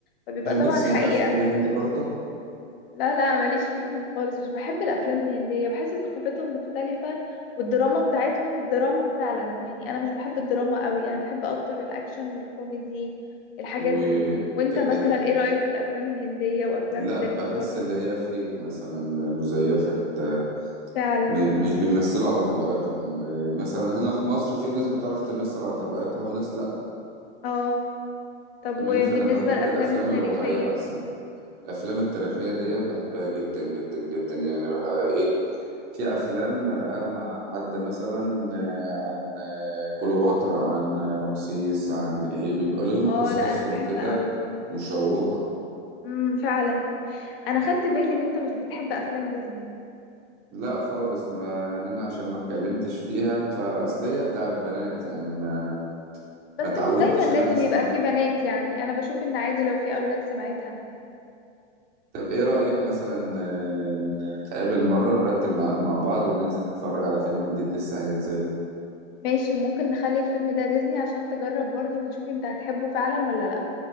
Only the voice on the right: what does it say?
تحب
تسمع
الافلام الهندي برضه
و
ت-
ال...
لا
بحس
اللي هي فيك مثلا مزيفة كده
م... مش بيمثلوا على طبيعتهم آه، مثلا هنا في مصر في ناس بتعرف تمثل على طبيعتها وناس لا
أماني فأنا بحب
الأفلام
الواقعية أحسن الأفلام التاريخية دي بحبها جدا جدا جدا يعني بها إيه في أفلام ألاقيها مع حد مثلا آه، عن آه، كليوباترا عن آه، رمسيس عن إيه بيبقى لهم
قصصهم
كده
مشوقة
لا خالص ما يعني أنا عشان ما اتكلمتش فيها فأصل هي بتاع البنات يعني ما
ما اتعودتش
اللي
أنا أسمعها
طب إيه رأيك مثلا آه، نتقابل مرة نرتب ميعاد مع بعض وننزل نتفرج على فيلم جديد لسه هينزل